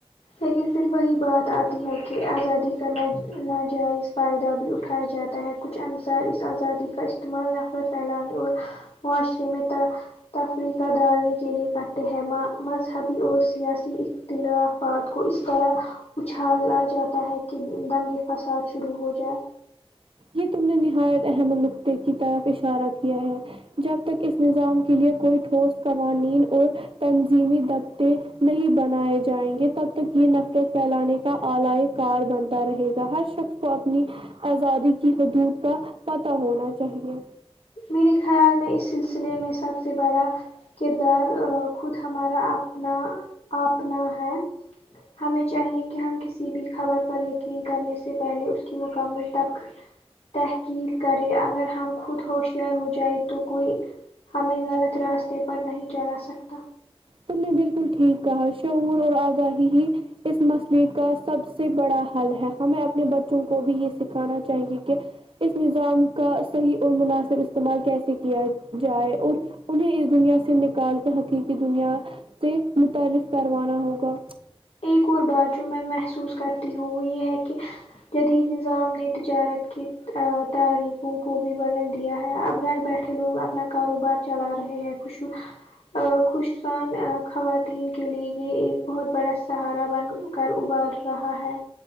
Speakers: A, on the left; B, on the right.
A: لیکن پھر وہی بات آتی ہے کہ آزادی کا نا ناجائز فائدہ بھی اٹھایا جاتا ہے کچھ انصار اس آزادی کا استعمال نفرت پھیلانے اور معاشرے میں ت فریقاں ڈالنے کے لیے کرتے ہیں ما مذہبی اور سیاسی اختلاف افاد کو اس طرح اچھالا جاتا ہے کہ دنگے فساد شروع ہو جائے
B: یہ تم نے نہایت اہم نقطہ کی طرف اشارہ کیا ہے جب تک اس نظام کے لیے کوئی ٹھوس قوانین اور تنظیمی دفتےنہیں بنائے جائیں گے تب تک یہ نفرت فیلانے کا آلائ کار بنتا رہے گا ہر شخص کو اپنی آزادی کی حدود کا پتہ ہونا چاہیے
A: میرے خیال میں اس سلسلے میں سب سے بڑا کردار ا خود ہمارا اپنا اپنا ہے ہمیں چاہیے کہ ہم کسی بھی خبر پر یقین کرنے سے پہلے اس کی مکمل تک تحقیل کریں اگر ہم خود ہوش یار ہو جائے تو کوئی ہمیں غلط راستے پر نہیں چلا سکتا
B: تم نے بالکل ٹھیک کہا شعور اور آگاہی ہی اس مسئلے کا سب سے بڑا حل ہے ہمیں اپنے بچوں کو بھی یہ سکھانا چاہیے کہ اس نظام کا صحیح اور مناسب استعمال کیسے کیا جائے اور انہیں اس دنیا سے نکال کے حقیقی دنیا سے متعارف کروانا ہوگا
A: ایک اور بات جو میں محسوس کرتی ہوں وہ یہ ہے کہ جدید نظام نے تجارت کی تاریخوں کو بھی بدل دیا ہے اب گھر بیٹھ ھے لوگ اپنا کاروبار چلا رہے ہیں خوشو خوشصان خواتین کے لیے یہ ایک بہت بڑا سہارا بن کر ابر رہا ہے